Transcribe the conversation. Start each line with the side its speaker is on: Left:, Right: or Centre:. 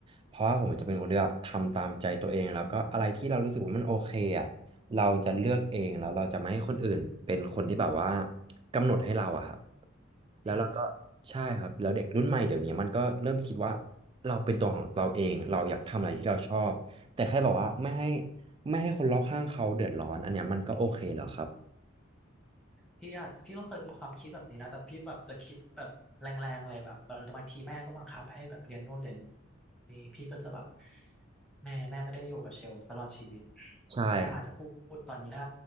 Right: เพราะว่าผมจะเป็นคนที่แบบทำตามใจตัวเองแล้วก็อะไรที่เรารู้สึกว่ามันโอเคอ่ะเราจะเลือกเองแล้วเราจะไม่ให้คนอื่นเป็นคนที่แบบว่ากำหนดให้เราอะครับแล้วเราก็ใช่ครับแล้วเด็กรุ่นใหม่เดี๋ยวนี้มันก็เริ่มคิดว่า
Centre: จริง
Right: เราเป็นตัวของเราเอง เราอยากทำอะไรที่เราชอบ แต่แค่แบบว่าไม่ให้ไม่ให้คนรอบข้างเขาเดือดร้อนอันเนี้ยมันก็โอเคแล้วครับ
Centre: พี่อาจพี่ก็เคยมีความคิดแบบนี้นะแต่พี่แบบจะคิดแบบแรงๆเลยแบบบางทีแม่ก็บังคับให้แบบเรียนนู่นเรียนนี่พี่ก็จะแบบแม่แม่ไม่ได้อยู่กับเชลตลอดชีวิต
Right: ใช่ครับ
Centre: แม่อาจจะพูดตอนนี้ได้